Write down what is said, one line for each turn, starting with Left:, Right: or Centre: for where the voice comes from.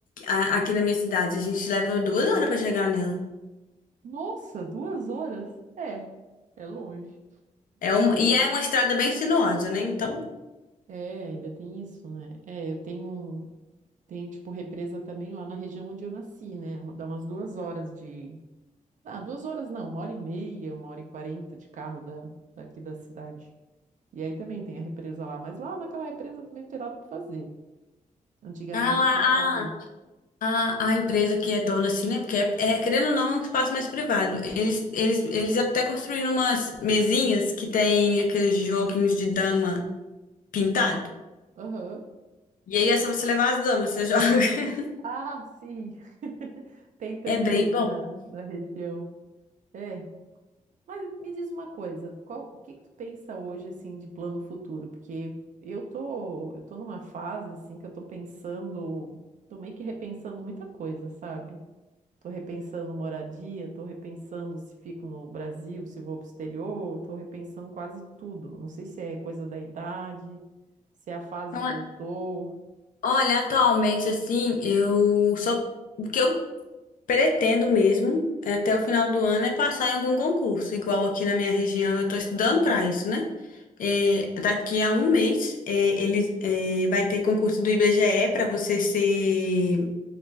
Left: a- aqui na minha cidade, a gente leva duas horas pra chegar nela.
Right: Nossa, duas horas? É, é longe.
Left: É uma, e é uma estrada bem sinuosa, né? Então,
Right: É, ainda tem isso, né? É, eu tenho um- tem tipo represa também lá na região onde eu nasci, né? Uma- Dá umas duas horas de, ah, duas horas não, uma hora e meia, uma hora e quarenta de carro da daqui da cidade. E aí também tem a represa lá, mas lá naquela represa também não tem nada para fazer. Antigamente,
Left: ah lá,
Right: o pessoal.
Left: A, a empresa que é dona, assim, né? Porque, é, é, querendo ou não, é um espaço mais privado. Eles, eles, eles até construíram umas mesinhas que tem aqueles joguinhos de dama pintado.
Right: Aham.
Left: E aí é só você levar as damas, você joga. <laughs>
Right: Ah, sim. <laughs> Tem também
Left: É bem
Right: aqui
Left: bom.
Right: na, na região. É. Mas me diz uma coisa, qual, o que que tu pensa hoje assim de plano futuro? Porque eu tô, eu tô numa fase assim que eu tô pensando, tô meio que repensando muita coisa, sabe? Estou repensando moradia, estou repensando se fico no Brasil, se vou para o exterior, estou repensando quase tudo. Não sei se é coisa da idade, se é a fase
Left: Então,
Right: que
Left: é-
Right: eu tô.
Left: olha, atualmente, assim, eu só. porque eu Pretendo mesmo, até o final do ano, é passar em algum concurso, igual aqui na minha região, eu estou estudando para isso, né? É, daqui a um mês, é, ele é, vai ter concurso do IBGE para você ser,